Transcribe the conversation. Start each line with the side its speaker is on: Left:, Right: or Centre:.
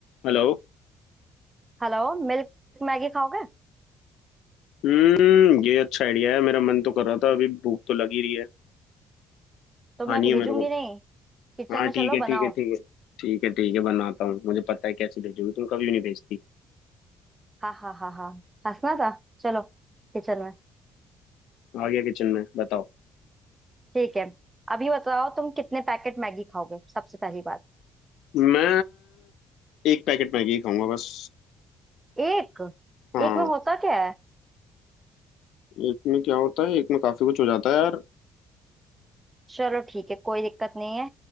Left: Hello
Right: हेलो मिल्क मैगी खाओगे
Left: हम्म ये अच्छा आइडिया है मेरा मन तो कर रहा था अभी भूख तो लगी रही है
Right: तो
Left: खानी
Right: मैं भेजूंगी
Left: है मेरे को
Right: नहीं किचन
Left: हाँ
Right: में
Left: ठीक
Right: चलो
Left: है ठीक
Right: बनाओ
Left: है ठीक है ठीक है ठीक है बनाता हूँ मुझे पता है कैसे भेजोगी तुम कभी नहीं भेजती
Right: हाँ हाँ हाँ हाँ हंसना था चलो किचन में
Left: आ गया किचन में बताओ
Right: ठीक है अभी बताओ तुम कितने पैकेट मैगी खाओगे सबसे पहली बात
Left: मैं एक पैकेट मैगी खाऊंगा बस
Right: एक
Left: हाँ
Right: एक में होता क्या है
Left: एक में क्या होता है एक में काफी कुछ हो जाता है यार
Right: चलो ठीक है कोई दिक्कत नहीं है